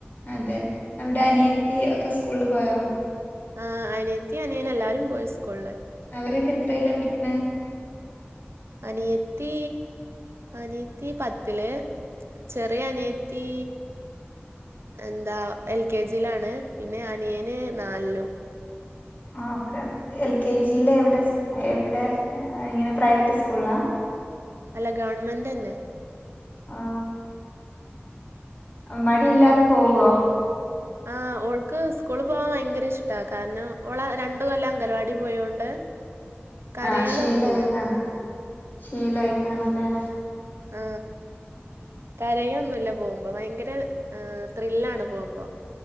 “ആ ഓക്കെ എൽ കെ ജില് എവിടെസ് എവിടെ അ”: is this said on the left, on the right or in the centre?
Left